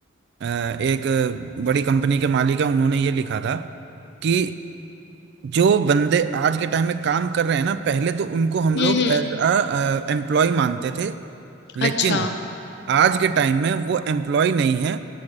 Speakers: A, on the right; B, on the left.
A: अ, एक बड़ी कंपनी के मालिक है उन्होंने ये लिखा था कि जो बंदे आज के टाइम में काम कर रहे हैं ना पहले तो उनको हम
B: हम्म
A: लोग
B: हम्म
A: एज अ एम्प्लॉय मानते थे लेकिन
B: अच्छा
A: आज के टाइम में वो एम्प्लॉय नहीं है